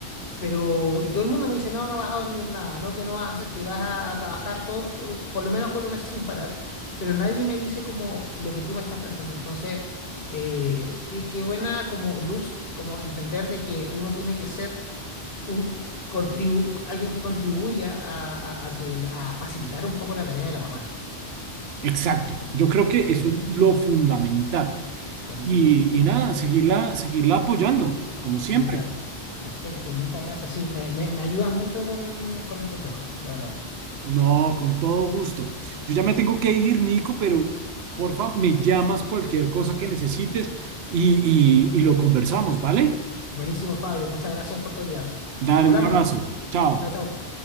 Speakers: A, on the left (about 65°); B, on the right (about 70°).
A: Pero, y todo el mundo me dice, no, no vas a dormir nada, no, que no vas a hacer, que vas a trabajar todo, todo- por lo menos cuatro meses sin parar, pero nadie me dice como lo que tú me estás planteando. Entonces, eh, qué, qué buena como luz, como entender de que uno tiene que ser un contribu- alguien que contribuya a, a- a que, la- a facilitar un poco la tarea de la mamá.
B: Exacto. Yo creo que
A: Súper,
B: eso es lo fundamental.
A: buenísimo.
B: Y, y nada, seguirla, seguirla apoyando, como siempre.
A: Muchas, perfecto, muchas gracias. Sí, me, me- me ayudas mucho con, con el consejo, de verdad.
B: No, con todo gusto. Yo ya me tengo que ir, Nico, pero porfa, me llamas cualquier cosa que necesites y, y y lo conversamos, ¿vale?
A: Buenísimo, Fabio. Muchas gracias por tu ayuda.
B: Dale,
A: Hablamos.
B: un abrazo. Chao.
A: Chao, chao.